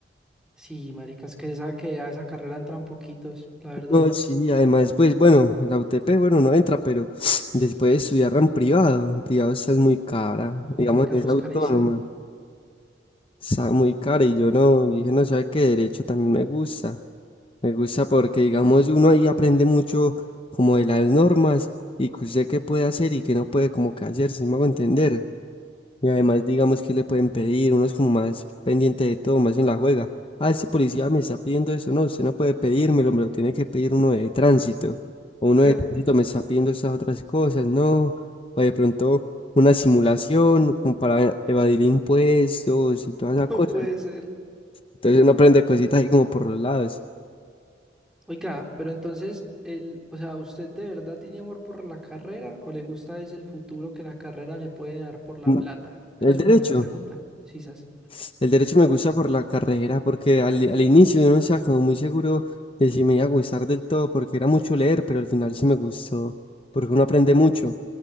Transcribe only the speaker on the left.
No, sí, además, pues bueno, la UTP, bueno, no entra, pero <sniffs> después de estudiarla en privado, en privado esa es muy cara,
digamos,
en
esa
autónoma,
está muy cara y yo no, dije, no, sabe qué derecho también me gusta, me gusta porque, digamos, uno ahí aprende mucho como de las normas y que usted qué puede hacer y qué no puede como que hacer, si me hago entender, y además, digamos que le pueden pedir, uno es como más pendiente de todo, más en la juega. Ah, ese policía me está pidiendo eso, no, usted no puede pedírmelo, me lo tiene que pedir uno de tránsito. O uno
de tránsito me está pidiendo esas otras cosas, no. O de pronto una simulación como para evadir impuestos y todas esa cosas
Entonces uno aprende cositas ahí como por los lados.
Mm,
El
derecho.
pues, El derecho me gusta por la carrera, porque al, al inicio yo no estaba como muy seguro de si me iba a gustar del todo, porque era mucho leer, pero al final sí me gustó, porque uno aprende mucho.